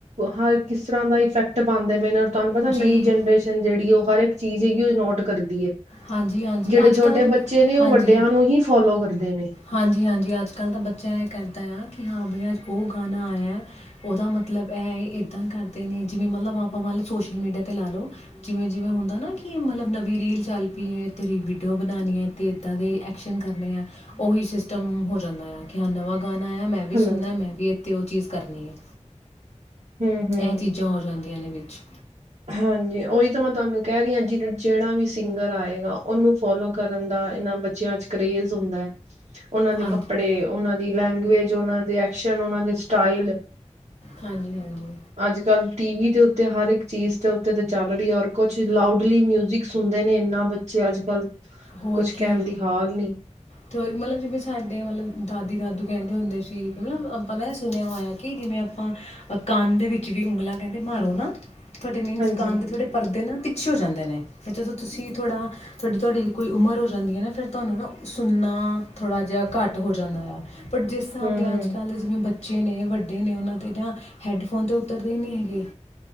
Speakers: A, on the right (about 65°); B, on the left (about 55°).
A: ਹਰ ਕਿਸ ਤਰ੍ਹਾਂ ਦਾ ਇਫੈਕਟ ਪਾਉਂਦੇ ਨੇ। ਮ ਤੁਹਾਨੂੰ ਪਤਾ ਨਵੀ
B: ਜੀ
A: ਜਨਰੇਸ਼ਨ ਜਿਹੜੀ ਉਹ ਹਰ ਇੱਕ ਚੀਜ਼ ਹੈਗੀ ਉਹ ਨੋਟ ਕਰਦੀ ਹੈ।
B: ਹਾਂਜੀ ਹਾਂਜੀ
A: ਜਿਹੜੇ
B: ਅੱਜ
A: ਛੋਟੇ
B: ਕੱਲ੍ਹ
A: ਬੱਚੇ ਨੇ ਉਹ
B: ਹਾਂਜੀ
A: ਵੱਡਿਆਂ ਨੂੰ ਹੀ ਫੋਲੋ ਕਰਦੇ ਨੇ।
B: ਹਾਂਜੀ ਹਾਂਜੀ ਅੱਜ ਕੱਲ੍ਹ ਦਾ ਬੱਚਾ ਇਹ ਕਰਦਾ ਆ ਕਿ ਹਾਂ ਬਈ ਅੱ ਉਹ ਗਾਣਾ ਆਇਆ ਉਹਦਾ ਮਤਲਬ ਇਹ ਇੱਦਾਂ ਕਰਦੇ ਨੇ ਜਿਵੇਂ ਮਤਲਬ ਆਪਾਂ ਮੰਨ ਲ ਸੋਸ਼ਲ ਮੀਡੀਆ 'ਤੇ ਲਾ ਲਓ ਜਿਵੇਂ ਜਿਵੇਂ ਹੁੰਦਾ ਨਾ ਕਿ, ਮਤਲਬ ਨਵੀਂ ਰੀਲ ਚੱਲ ਪਈ ਹੈ ਤੇਰੀ ਵੀਡੀਓ ਬਣਾਉਣੀ ਹੈ ਅਤੇ ਇੱਦਾਂ ਦੇ ਐਕਸ਼ਨ ਕਰਨੇ ਆ। ਉਹੀ ਸਿਸਟਮ, ਹੋ ਜਾਂਦਾ ਆ ਕਿ ਹ ਨਵਾਂ ਗਾਣਾ ਆਇਆ ਮੈਂ ਵੀ
A: ਹੈਲੋ
B: ਸੁਣਨਾ ਮੈਂ ਵੀ ਇੱਥੇ ਉਹ ਚੀਜ਼ ਕਰਨੀ ਹੈ।
A: ਹੂੰ-ਹੂੰ
B: ਇਹ ਚੀਜ਼ਾਂ ਹੋ ਜਾਂਦੀਆਂ। ਦੀਆਂ ਨੇ ਵਿੱਚ
A: ਹਾਂਜੀ, ਉਹੀ ਤਾਂ ਮੈਂ ਤੁਹਾਨੂੰ ਕਹਿ ਰਹੀ ਹਾਂ ਜਿਹੜਾ ਵੀ ਸਿੰਗਰ ਆਏਗਾ ਉਹਨੂੰ ਫੋਲੋ ਕਰਨ ਦਾ ਇਹਨਾਂ ਬੱਚਿਆਂ ਚ ਕਰੇਜ਼ ਹੁੰਦਾ। ਉਹਨਾਂ ਦੇ
B: ਹਾਂਜੀ
A: ਕੱਪੜੇ ਉਹਨਾਂ ਦੀ ਲੈਂਗੁਏਜ ਉਹਨਾਂ ਦੇ। ਐਕਸ਼ਨ ਉਹਨਾਂ ਦੇ ਸਟਾਈਲ
B: ਹਾਂਜੀ -ਹਾਂਜੀ।
A: ਅੱਜ ਕੱਲ੍ਹ ਟੀ ਵੀ ਦੇ ਉੱਤੇ ਹਰ ਇੱਕ ਚੀਜ਼ ਦੇ ਉੱਤੇ ਚੱਲ ਰਹੀ ਹੈ ਔਰ ਕੁਛ ਲਾਊਡਲੀ ਮਿਊਜਿਕ ਸੁਣਦੇ ਨੇ ਇੰਨਾ ਬੱਚੇ ਅੱਜ -ਕੱਲ
B: ਹੋਰ
A: ਕੁਛ
B: ਕੀ
A: ਕਹਿਣ ਦੀ ਹਾਲ ਨੀ,
B: ਤੇ ਮਤਲਬ ਜਿਵੇਂ ਸਾਡੇ ਮਤਲਬ ਦਾਦੀ ਦਾਦੂ ਕਹਿੰਦੇ ਹੁੰਦੇ ਸੀ, ਕਿ ਮਤਲਬ ਆਪਾਂ ਨਾ ਇਹ ਸੁਣਿਆ ਹੋਇਆ, ਕਿ ਜਿਵੇਂ ਆਪਾਂ ਕੰਨ ਦੇ ਵਿੱਚ ਵੀ ਉਂਗਲਾਂ ਕਹਿੰਦੇ ਮਾਰੋ ਨਾ ਤੁਹਾਡੇ ਮੀਨਸ
A: ਹਾਂਜੀ
B: ਕੰਨ ਦੇ ਥੋਡੇ ਪਰਦੇ ਨਾ ਪਿੱਛੇ ਹੋ ਜਾਂਦੇ। ਫਿਰ ਜਦੋਂ ਤੁਸੀਂ ਥੋੜ੍ਹਾ ਤੁਹਾਡੀ-ਤੁਹਾਡੀ ਕੋਈ ਉਮਰ ਹੋ ਜਾਂਦੀ ਹੈ, ਨਾ ਫਿਰ ਤੁਹਾਨੂੰ ਨਾ ਸੁਣਨਾ ਥੋੜ੍ਹਾ ਜਿਹਾ ਘੱਟ ਹੋ ਜਾਂਦਾ ਆ। ਬਟ ਜਿਸ ਹਿਸਾਬ
A: ਹੂੰ
B: ਬ ਦੇ
A: ਹੂੰ
B: ਅੱਜ ਕੱਲ੍ਹ ਦੇ ਜਿਵੇਂ ਬੱਚੇ ਬੱਚੇ ਨੇ ਵੱਡੇ ਨੇ ਉਹਨਾਂ ਤੇ ਤਾਂ ਹੈਡਫੋਨ ਤੇ ਉਤਰਦੇ ਹੀ ਨਹੀਂ ਹੈਗੇ।